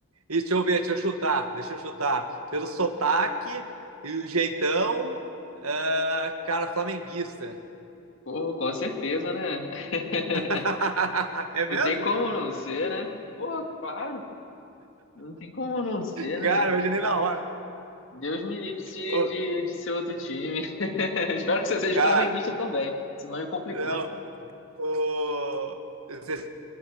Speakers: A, on the right; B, on the left.
A: E deixa eu ver, deixa eu chutar, deixa eu chutar. Pelo sotaque e o jeitão, ah, cara, flamenguista.
B: Pô, com certeza, né? <laughs>
A: <laughs> É mesmo?
B: Não tem como não ser, né? Pô, claro, não tem como não ser,
A: Cara,
B: né?
A: hoje nem na hora.
B: Deus me livre se-
A: Ô,
B: de, de ser outro time. <laughs> Espero que você seja
A: cara,
B: flamenguista também, senão aí complicou.
A: não. ô, Vocês